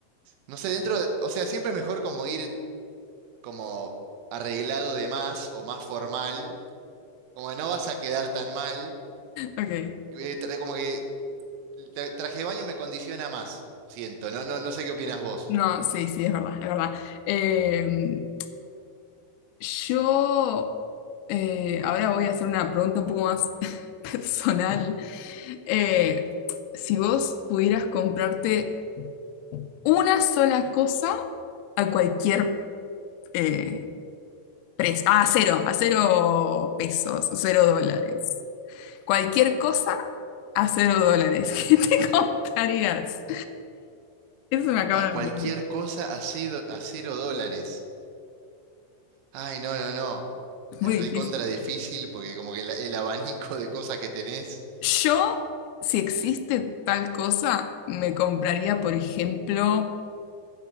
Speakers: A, on the right; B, on the left.
A: no sé, dentro, de- o sea, siempre es mejor como ir como arreglado de más o más formal, como no vas a quedar tan mal,
B: ok.
A: que eh, tra- como que el tra- traje de baño me condiciona más, siento, no, no, no sé qué opinas vos.
B: No, sí, sí, es verdad, es verdad. Eh, yo eh, ahora voy a hacer una pregunta un poco más <laughs> personal. Eh, si vos pudieras comprarte una sola cosa a cualquier eh, precio, ah, a cero, a cero pesos, a cero dólares, cualquier cosa a cero dólares, <laughs> ¿qué te comprarías? Eso me acaba
A: Ah, cualquier
B: de ocurrir.
A: cosa a cero, a cero dólares. Ay, no, no, no.
B: Muy
A: Es recontra difícil porque como que la- el abanico de cosas que tenés.
B: Yo, si existe tal cosa, me compraría, por ejemplo,